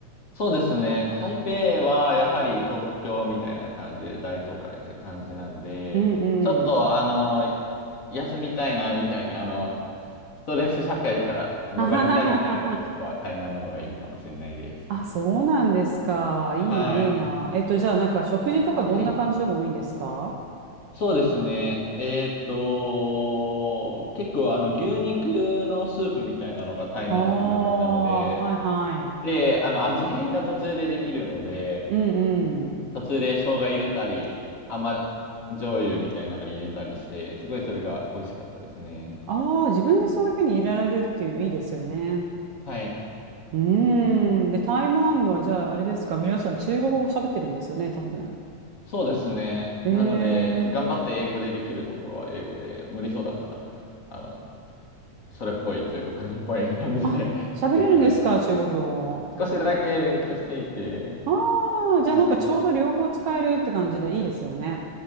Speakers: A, on the left (about 45°); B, on the right (about 75°).
A: そうですね。台北はやはり東京みたいな感じで大都会って感じなので、
B: うんうん。
A: ちょっとあの、休みたいなみたいな、あの、ストレス社会から逃れたいみたいな人は台南の方がいいかもしれないです。
B: ははははは。あ、そうなんですか。いいな、
A: はい。
B: いいな。えっと、じゃあなんか食事とかどんな感じのが多いんですか
A: はい。そうですね。えーっと、結構あの牛肉のスープみたいなのが台南は有名なので、
B: ああー、はいはい。
A: で、あの味変が途中でできるので、
B: うんうん。
A: 途中で生姜入れたり、甘醤油みたいなの入れたりして、すごいそれが美味しかったですね。
B: ああ、自分でそういうふうに入れられるっていうのいいですよね。
A: はい。
B: うーん。で、台湾はじゃあ、あれですか、皆さん中国語喋ってるんですよね、多分。
A: そうですね。
B: ええ
A: なので、頑張って英語でできるところは英語で、無理そうだったら、あの、それっぽい中国っぽい感じで
B: あ、
A: <laughs>
B: 喋れるんですか、
A: って感じ。
B: 中国語。
A: 少しだけ勉強していて、
B: ああ、
A: はい。
B: じゃあなんかちょうど両方使えるって感じでいいですよね。